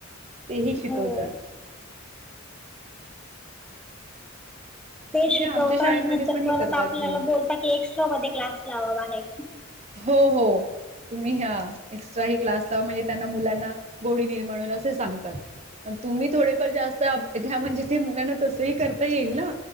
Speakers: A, on the right; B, in the centre.
A: तेही शिकवतात
B: हो ते
A: म्हणजे
B: शिकवता
A: आमच्या शाळेमध्ये
B: नंतर
A: पण हे
B: परत
A: करतात
B: आपल्याला
A: हो
B: बोलता की एक्स्ट्रा मध्ये क्लास लावा आहे
A: हो हो तुम्ही ह्या एक्स्ट्रा ह क्लास लावा म्हणजे त्यांना मुलांना गोडी निर्माण होल असं सांगतात मग तुम्ही थोडेफार जास्त घ्या म्हणजे ते मुलांना तसही करता येईल ना